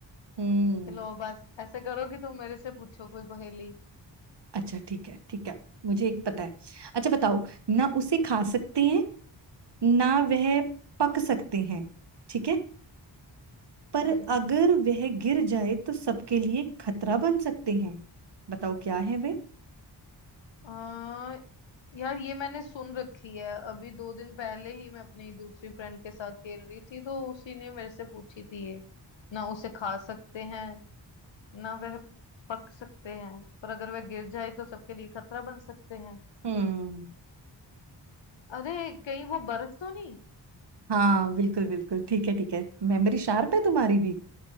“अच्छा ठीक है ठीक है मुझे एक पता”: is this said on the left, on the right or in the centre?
Right